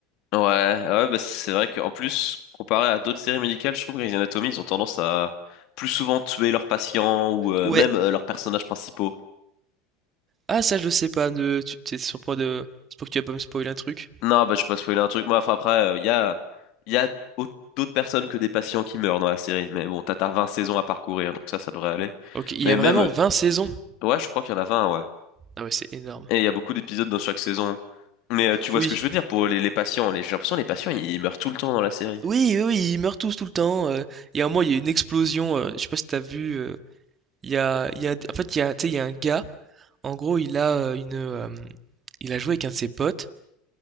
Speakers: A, on the left; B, on the right.
A: Ouais, ouais, bah c'est vrai qu'en plus comparé à d'autres séries médicales, je trouve que Grey's Anatomy ils ont tendance à plus souvent tuer leurs patients ou euh,
B: Ouais.
A: même euh, leurs personnages principaux.
B: Ah, ça, je sais pas. Ne, tu t'es sur point de. C'est pour que tu vas pas me spoiler un truc.
A: Non, bah, je vais pas spoiler un truc. Moi, enfin, après, il y a, y a au- d'autres personnes que des patients qui meurent dans la série. Mais bon, t'as t'as 20 saisons à parcourir, donc ça, ça devrait aller.
B: Ok, il
A: Mais
B: y a
A: même,
B: vraiment
A: euh,
B: vingt saisons.
A: ouais, je crois qu'il y en a 20, ouais.
B: Ah ouais, c'est énorme.
A: Et il y a beaucoup d'épisodes dans chaque saison. Mais euh, tu vois
B: Oui.
A: ce que je veux dire pour les, les patients. Les, j'ai l'impression que les patients, ils, ils meurent tout le temps dans la série.
B: Oui, oui, oui, ils meurent tous tout le temps. euh. Il y a un moment, il y a une explosion. euh, je sais pas si t'as vu. euh, Il y a, il y a, en fait, il y a, tu sais, il y a un gars. En gros, il a, heu, une, hem, il a joué avec un de ses potes